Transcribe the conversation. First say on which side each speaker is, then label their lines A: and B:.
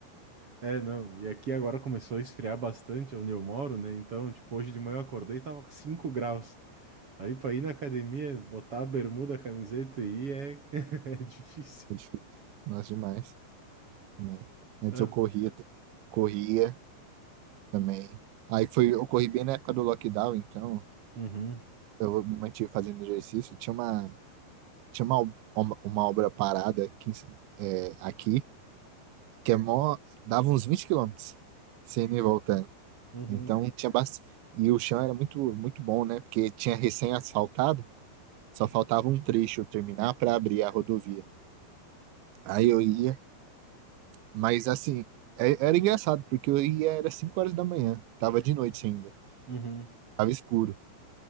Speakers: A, on the right; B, on the right.
A: É, não. E aqui agora começou a esfriar bastante onde eu moro, né? Então, tipo, hoje de manhã eu acordei e tava com 5 graus. Aí pra ir na academia, botar a bermuda, a camiseta e ir é, <laughs> é difícil.
B: é difícil. Nossa, demais, demais. Antes
A: É.
B: eu corria, t- corria também. Aí foi, eu corri bem na época do lockdown, então
A: Uhum,
B: eu me mantive fazendo exercício. Tinha uma, tinha uma, ob- uma, uma obra parada aqui, em Sa- é, aqui. que é mó. dava uns 20 quilômetros sem ir e voltando.
A: uhum,
B: Então tinha bastante. E o chão era muito, muito bom, né? Porque tinha recém-asfaltado, só faltava um trecho terminar para abrir a rodovia. Aí eu ia, mas assim, é- era engraçado, porque eu ia era 5 horas da manhã, tava de noite ainda,
A: uhum.
B: tava escuro.